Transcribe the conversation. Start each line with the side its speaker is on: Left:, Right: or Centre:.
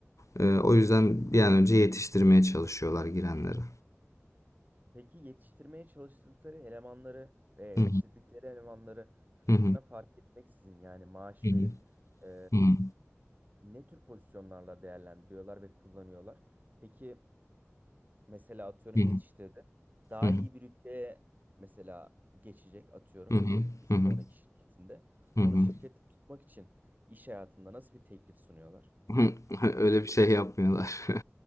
Left: Ee, o yüzden bir an önce yetiştirmeye çalışıyorlar girenleri.
Right: Peki yetiştirmeye çalıştıkları elemanları veya
Left: Hı
Right: yetiştirdikleri elemanları fiyatına
Left: hı
Right: fark etmeksizin yani maaş
Left: hı
Right: verip e,
Left: hı hı
Right: ne tür pozisyonlarla değerlendiriyorlar ve kullanıyorlar? Peki Mesela atıyorum
Left: hı
Right: yetiştirdi. Daha
Left: hı hı
Right: iyi bir rütbeye mesela geçecek atıyorum
Left: hı hı
Right: bir
Left: hı hı hı
Right: sonraki şirketinde.
Left: hı.
Right: Onu
Left: hı.
Right: şirkette tutmak için iş hayatında nasıl bir teklif sunuyorlar?
Left: <laughs> Öyle bir şey yapmıyorlar. <laughs>